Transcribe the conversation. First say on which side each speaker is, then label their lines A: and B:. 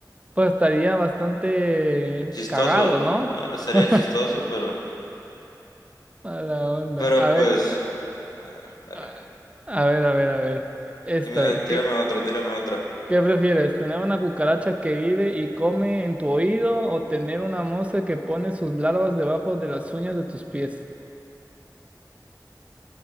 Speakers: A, on the right; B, on the left.
A: Pues estaría bastante
B: Chistoso,
A: cagado, ¿no?
B: ah,
A: <laughs>
B: estaría chistoso, pero,
A: A la onda.
B: pero
A: A ver,
B: pues, a ver, dale.
A: a a ver, a ver, a ver. Esta,
B: Dime,
A: ¿qué,
B: tírame otra, tírame otra.
A: qué prefieres? ¿Tener una cucaracha que vive y come en tu oído o tener una mosca que pone sus larvas debajo de las uñas de tus pies?